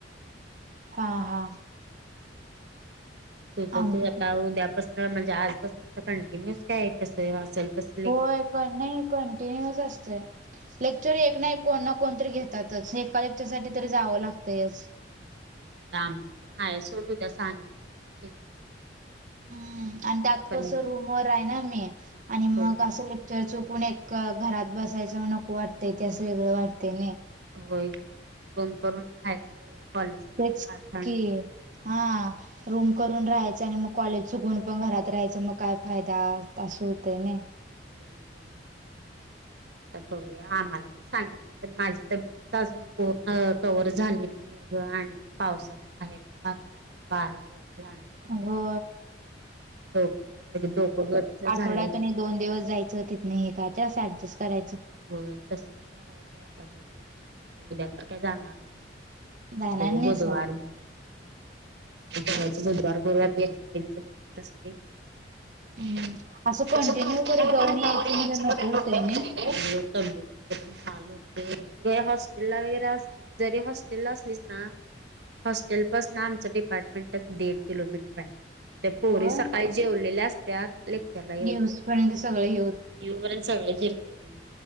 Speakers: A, on the right (about 45°); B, on the right (about 65°).
A: हा हा.
B: तुझ
A: आमच
B: तू आता उद्यापासन म्हणजे आजपासूनता कंटिन्यूस काय आहे कसं असेल तस
A: होय नाही कंटिन्युअस असतय लेक्चर
B: आता
A: एक ना एक नाही कोण कोणतरी घेतातच ऐका लेक्च्रर साठी तरी जावं लागतंय.
B: आमचं पण हाय सोडून द्या सां कटचर <unintelligible>
A: हम्म आणि त्यात
B: पण
A: कस रूम वर आहे ना मी आणि
B: हो
A: मग असं च चुकून एक घरात बसायचं नको वाटतंय ते असं वेगळं वाटतंय नाही.
B: होय रूम करून राहायचं. कॉलेज साठी
A: तेच
B: खास आणि
A: की हा आ रूम करून राहायचं आणि मग कॉलेज चुकून पण घरात राहायच मग काय फायदा असं होतय नाही.
B: हो बरोबर बघूया आम्हाला पण सांगत पण माझी तब्येत अजून पूर्ण कव्हर झाली नाही ग आणि ते पावसाात बाहेरचं वातावरण बारावित ध्यान.
A: हो.
B: होय डोकं गच्च झालं.
A: आठवड्यातून एक दोन दिवस जायचं तिथन हे काय तर असं ऍडजस्ट करायचं.
B: होय तसच करायचंय आता बघूया आता उद्या तर काय जाणार नाहीय.
A: जाणार
B: बघू
A: नाहीस
B: बुधवार. बुधवार चे गुरुवारी छोटंच लेक्चर असते. त
A: हम्म असं
B: <unintelligible>
A: कंटिन्यू करत जाऊन यायचं
B: <inaudible>
A: म्हटलं नको होतंय नाही
B: तब्येत पण हा <unintelligible> े हॉस्टेल ला वगैरे अस जरी हॉस्टेल ला असलीस ना हॉस्टेलपस ना आमंच डिपार्टमेंटच दीड किलोमीटर आहे. ते पोरी
A: होय
B: सकाळी जेवलेल्या असत्याात लेक्चर ला यायचं
A: येऊस
B: म्हणून
A: पर्यंत सगळं हे
B: येऊ पर्यंत सगळे जिरते त्यांच.